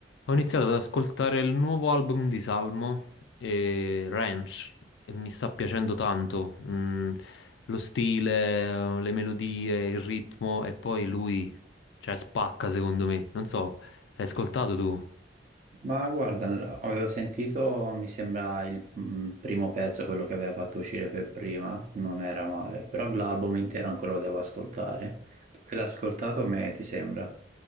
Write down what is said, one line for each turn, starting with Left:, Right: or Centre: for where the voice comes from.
Left: Ho iniziato ad ascoltare il nuovo album di Salmo, e Ranch, e mi sta piacendo tanto. Mm, lo stile, le melodie, il ritmo e poi lui, cioè, spacca secondo me. Non so, l'hai ascoltato tu?
Right: Ma guarda, avevo sentito, mi sembra il mm, primo pezzo, quello che aveva fatto uscire per prima, non era male, però l'album intero ancora lo devo ascoltare. Tu che l'hai ascoltato, me ti sembra?